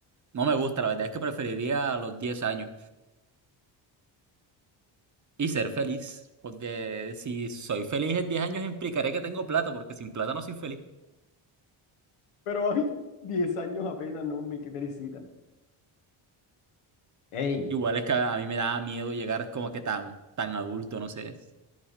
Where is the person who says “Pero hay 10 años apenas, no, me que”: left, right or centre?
Left